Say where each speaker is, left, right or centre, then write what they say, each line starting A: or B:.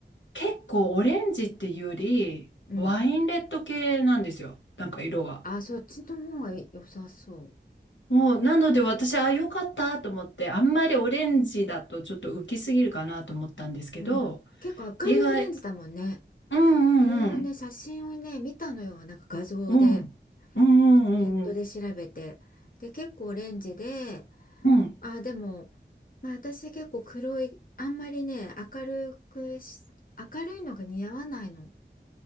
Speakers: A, on the left; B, on the left.
A: 結構オレンジっていうより、
B: うん。
A: ワインレッド系なんですよ。なんか色が。
B: あ、そっちの方が良さそう。
A: もう、なので私、あ、良かったと思って、あんまりオレンジだとちょっと浮きすぎるかなと思ったんですけど、
B: うん。結構明るいオレンジだもんね。
A: 意外、うんうんうん、
B: いろいろね、写真をね、見たのよ。なんか画像で、
A: うん、うんうんうんうん、
B: ネットで調べて。で、結構オレンジで、
A: うん。
B: あ、でも、まあ私結構黒い、あんまりね、明るくし、明るいのが似合わないの。